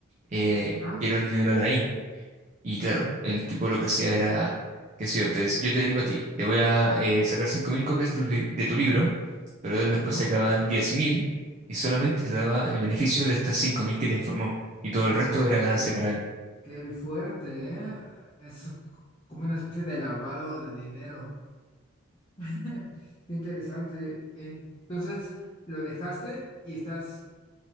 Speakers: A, on the right; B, on the left.
A: eh,
B: Ah,
A: quiero el dinero de ahí. Y claro, el tipo lo que hacía era, qué sé yo, te dec- yo te digo a ti, te voy a eh, sacar 5.000 copias de tu, li- de tu libro, pero él
B: pero,
A: después sacaban 10.000 y solamente te daba el beneficio de estas 5.000 que te informó, y todo
B: wow,
A: el resto era ganancia para él.
B: qué el fuerte, ¿eh? Es como una especie de lavado de dinero. <laughs> Qué Interesante. Entonces, lo dejaste y estás